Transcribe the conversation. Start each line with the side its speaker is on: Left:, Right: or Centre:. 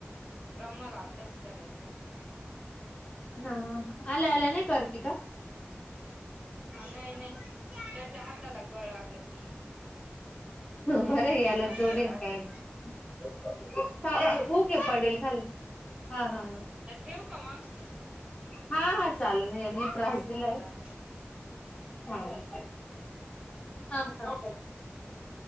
Right: ब्रह्माला अभ्यास करायचाय आता.
Left: हा हा ह आल्या आल्या नाही करती का?
Right: नाय नाय, त्याच्या हाताला कळ लागती. त्याची
Left: बरं
Right: मस्त
Left: ह्याला
Right: नाटकं
Left: जोडीन
Right: राहते
Left: काय. <unintelligible> पडेल खाली हा हा हा.
Right: देऊ का मग?
Left: हा हा चालेल यांनी त्रास दिलाय.
Right: चालेल
Left: हा का? थांब थांब.